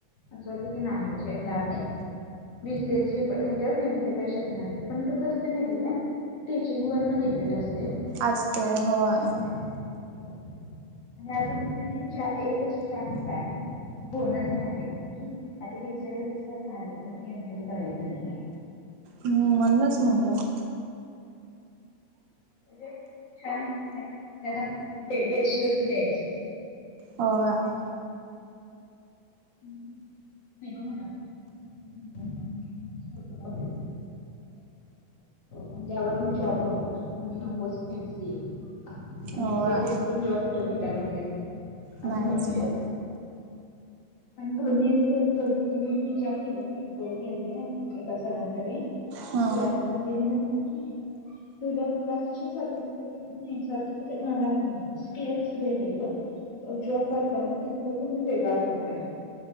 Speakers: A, on the left; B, on the right.
A: अस वाटलं की नाही झेपणार नाही. बी सी ए च झेपत नाही तर एम सी ए काय झेपणार हाय? पण कसं असतयं माहित्याय का? टीचिंग वर पण डिपेंड असतय.
B: असतय. होय.
A: आणि आपण आता हे एकच चान्स आहे. बोनस मिळाले की आता बी सी ए ला जस झाले तस एम सी ए ला करायचं नाहीये.
B: हम्म. म्हनूनच म्हणलं.
A: म्हणजे चान्स दिलाय. त्यात आपण बेस्टच द्यायच.
B: होय.
A: हम्म. <unintelligible> <inaudible> आणि त्यावर मी जॉब बघणार. म्हणून नकोच एमसीए आणि
B: होय
A: एमसीए करून पण जॉब कुठे भेटायला लागल्यात? असं
B: नाहीच
A: म्हणणं झालतं.
B: की
A: पण <unintelligible> बघितलं नाही विचार केला नाही. हो गेलते ना एका सरांकडे.
B: हा
A: लास्टला तेनी म्हटलं की- तुला क्लासचे सर्टिफिकेट नाही. सर्टिफिकेट मिळणार नाही. स्किल्स भेटेल बघ. जॉब करताना तिथलं पुर्ण वेगळं असणार हाय.